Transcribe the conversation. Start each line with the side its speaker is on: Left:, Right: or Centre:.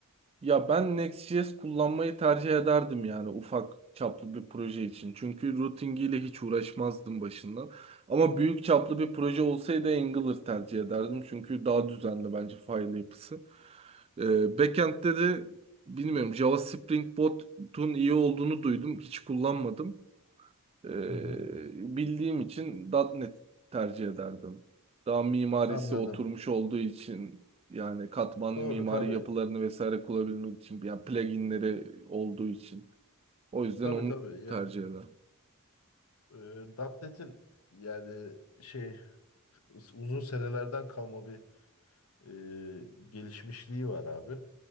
Right: Ya ben Next.js kullanmayı tercih ederdim yani ufak çaplı bir proje için. Çünkü routingiyle hiç uğraşmazdım başından. Ama büyük çaplı bir proje olsaydı Angular tercih ederdim. Çünkü daha düzenli bence file yapısı. Ee, backend'de de bilmiyorum Java Spring Boot'un iyi olduğunu duydum. Hiç kullanmadım. Ee,
Left: Hı hı.
Right: bildiğim için .nokta .NET tercih ederdim. Daha mimarisi
Left: Anladım.
Right: oturmuş olduğu için yani katmanlı
Left: Doğru
Right: mimari
Left: tabii.
Right: yapılarını vesaire kullanabilmek için yani pluginleri olduğu için. O yüzden
Left: Tabii
Right: onu
Left: tabii yani
Right: tercih ederim.
Left: eee .nokta .NET'in yani şey us- uzun senelerden kalma bir eee, gelişmişliği var abi.